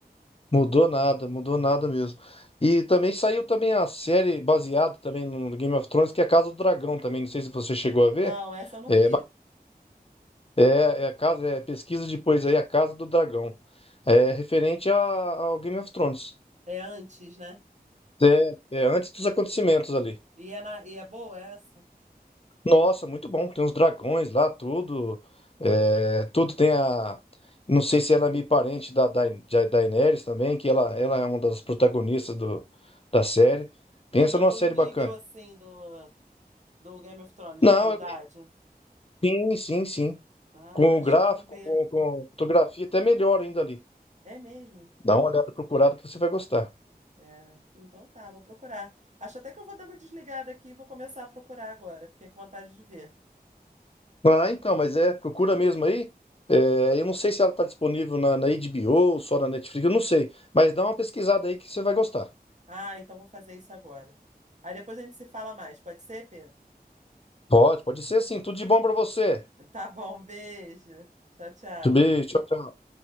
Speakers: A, on the left (about 35°); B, on the right (about 45°).
A: Mudou nada, mudou nada mesmo. E também saiu também a série baseada também no Game of Thrones, que é a Casa do Dragão também. Não sei se você chegou a ver.
B: Não, essa eu não
A: É,
B: vi.
A: ba- é, é a casa, é pesquisa depois aí, a Casa do Dragão. É referente a- ao Game of Thrones.
B: É antes, né?
A: É, é antes dos acontecimentos ali.
B: E é, na, e é boa essa?
A: Nossa, muito bom. Tem os dragões lá, tudo. É, tudo tem a. Não sei se ela é meio parente da, da, da Daenerys também, que ela, ela é uma das protagonistas do, da série.
B: E
A: Pensa
B: é na-
A: numa
B: no
A: série
B: nível,
A: bacana.
B: assim, do, do Game of Thrones,
A: Não,
B: de qualidade.
A: eu- sim, sim, sim.
B: Ah,
A: Com
B: acho
A: o gráfico,
B: que eu vou ver.
A: com, com fotografia, até melhor ainda ali.
B: É mesmo?
A: Dá uma olhada procurada que você vai gostar.
B: É. Então tá, vou procurar. Acho até que eu vou dar uma desligada aqui e vou começar a procurar agora. Fiquei com vontade de ver.
A: Ah, então, mas é, procura mesmo aí. É, eu não sei se ela está disponível na, na HBO ou só na Netflix, eu não sei. Mas dá uma pesquisada aí que você vai gostar.
B: Ah, então vou fazer isso agora. Aí depois a gente se fala mais, pode ser, Pedro?
A: Pode, pode ser sim. Tudo de bom para você.
B: Tá bom, um beijo. Tchau, tchau.
A: Tudo bem, tchau, tchau.